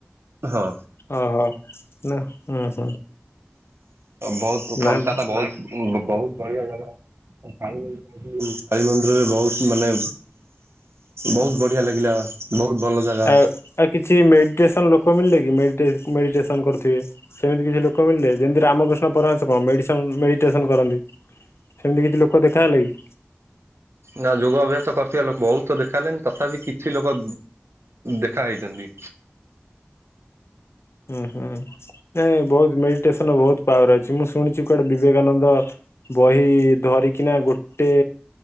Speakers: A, on the right (about 85°); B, on the left (about 85°).
A: ହଁ
B: ଓହୋ ନା ହୁଁ
A: ବହୁତ କୋଲକାତା
B: ନାଇଁ
A: ବହୁତ ବହୁତ ବଢିଆ ଜାଗା। କାଳୀ ମନ୍ଦିର ଯୋଉ କାଳୀ ମନ୍ଦିରରେ ବହୁତ ମାନେ ବହୁତ ବଢିଆ ଲାଗିଲା। ବହୁତ ଭଲ ଜାଗା।
B: ଆଉ କିଛି ମେଡିଟେସନ ଲୋକ ମିଳିଲେ କି? ମେଡିଟେସନ କରୁଥିବେ? ସେମିତି କିଛି ଲୋକ ମିିଳିଲେ ଯେମତି ରାମକୃଷ୍ଣ ପରମଂହସ କଣ ମେଡିସିନ ମେଡିଟେସନ କରନ୍ତି। ସେମତି କିଛି ଲୋକ ଦେଖାହେଲେ କି?
A: ନା ଯୋଗ ଅଭ୍ୟାସ କରିଥିବା ଲୋକ ବହୁତ ଦେଖା ହେଲେନି ତଥାପି କିଛି ଲୋକ ଦେଖା ହେଇଛନ୍ତି।
B: ଉଁ ହୁଁ ନାଇଁ ବହୁତ ମେଡିଟେସନ ବହୁତ ପାୱାର ଅଛି ମୁଁ ଶୁଣିଛି କୁଆଡେ ବିବେକାନନ୍ଦ ବହି ଧରିକିନା ଗୋଟେ